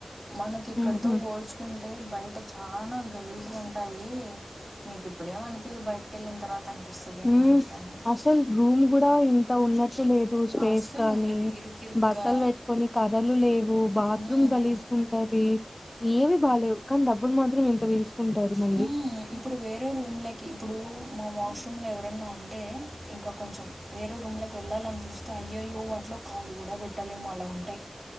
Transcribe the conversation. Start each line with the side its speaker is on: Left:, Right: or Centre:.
Right: మనకి ఇక్కడితో
Left: ఉహు
Right: బోల్చుకుం టే బయట చానా గలీజుగుంటాయి మీకు ఇప్పుడేం అనిపియదు బయటకెళ్ళిన తర్వాత అనిపిస్తుంది
Left: ఉమ్
Right: అని చెప్పాను
Left: అసలు రూమ్ గూడా ఇంత ఉన్నట్ లేదు స్పేస్
Right: అస్సలు
Left: కానీ
Right: ఉండదు ఇరుకిరుగ్గా
Left: బట్టలు పెట్టుకొని అర్రలు లేవు బాత్రూమ్
Right: మ్మ్
Left: గలీ ఉంటది ఏమి బాలేవు కానీ డబ్బులు మాత్రం ఇంత దీసుకుంటారు మళ్ళీ
Right: మ్మ్ ఇప్పుడు వేరే రూమ్లకి ఇప్పుడు మా వాష్రూమ్ లో ఎవరన్నా అంటే ఇంకా కొంచెం వేరే రూమ్లోకి వెళ్ళాలని జూస్తా అయ్యయ్యో వాటిలో కాళ్ళు గూడా పెట్టలేము అలా ఉంటాయి